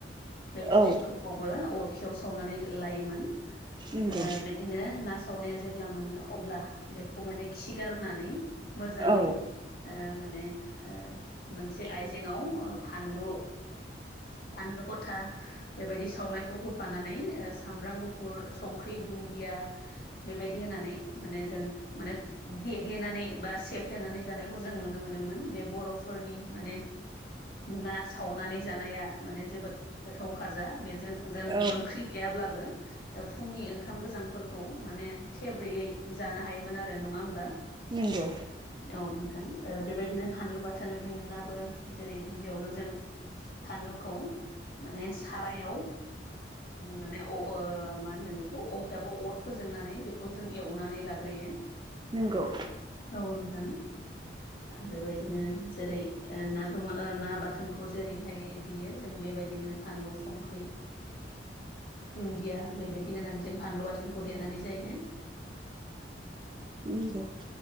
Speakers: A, on the left; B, on the right.
A: बे फिथाइफोरखौबो
B: औ
A: अरखियाव सावनानै लायोमोन ओ
B: नंगौ
A: बि बिदिनो ना सावनाया जेब्ला मोनो अब्ला बेखौ माने खि गारनानै मोजाङै
B: औ
A: ओ माने ओ मोनसे आइजेंआव फानलु फानलु' गथा बेबायदि सावनायखौ होफानानै ओ सामब्राम गुफुर संख्रि, दुन्दिया बेबादि होनानै माने जों माने देग्लिनानै बा सेफ्लेनानै जानायखौ जों नुनो मोनोमोन बे बर'फोरनि माने ना सावनानै जानाया माने जोबोद गोथाव खाजा बेजों जों
B: औ
A: ओंख्रि गैयाब्लाबो फुंनि ओंखाम गोजांफोरखौ माने थेब्रैयै जानो हायोमोन आरो नङा होमब्ला?
B: नंगौ।
A: औ नोंथां बेबायदिनो फानलु बाथोनाबो जेरै गिबियावनो जों फानलुखौ माने सारायाव माने अ मा होनगोन बेखौ अगदाबाव अर फोजोंनानै बेखौ खौ जों एवनानै लाग्रोयो।
B: नंगौ।
A: औ नोंथां। बेबायदिनो जेरै ना गो ना बाथोनखौ जेरैहाय देयो जों बेबायदिनो फानलु, संख्रि दुन्दिया बेबायदि होनानै जों फानलु बाथोनखौ देनानै जायो।
B: नंगौ